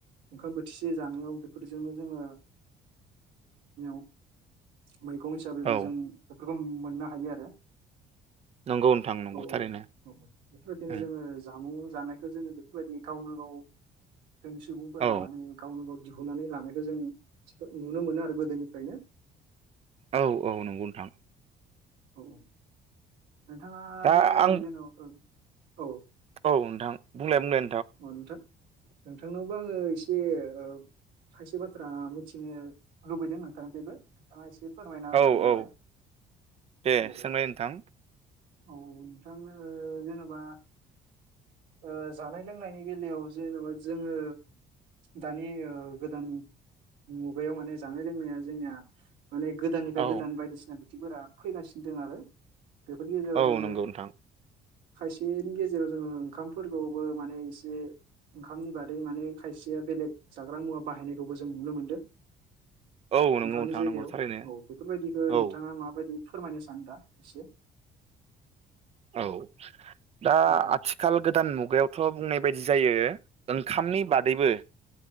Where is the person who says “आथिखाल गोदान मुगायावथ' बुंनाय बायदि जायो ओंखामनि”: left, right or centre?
Right